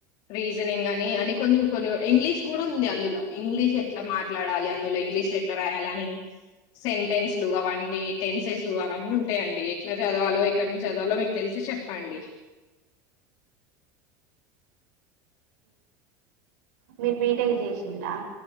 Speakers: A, on the left; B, on the right.
A: రీజనింగని అని కొన్ని కొన్ని ఇంగ్లీష్ కూడుంది అందులో ఇంగ్లీష్ ఎట్లా మాట్లాడాలి అం ందులో ఇంగ్లీష్ ఎట్లా రాయాలని సెంటెన్స్లు అఅవన్నీ టెన్సెస్ లు అవన్నీ ఉంటయయండి ఎట్లా చదవాలో ఎక్కడ్నుంచి చదవాలో మీకు తెలిస్తే చెప్పండి.
B: మీరు బి టెక్ చేసిండ్ర